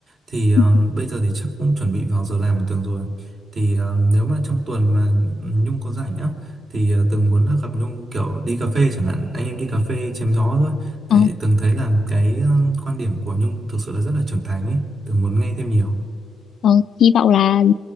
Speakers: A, on the right; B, on the left.
A: Thì ờ,
B: <laughs>
A: bây giờ thì chắc cũng chuẩn bị vào giờ làm của Tường rồi. Thì ờ, nếu mà trong tuần mà Nhung có rảnh á thì ờ, Tường muốn là gặp Nhung kiểu đi cà phê chẳng hạn, anh em đi cà phê chém gió thôi. Tại
B: Ờ,
A: Tường thấy là cái ờ, quan điểm của Nhung thực sự là rất là trưởng thành ấy, Tường muốn nghe thêm nhiều.
B: ờ, hy vọng là ừ,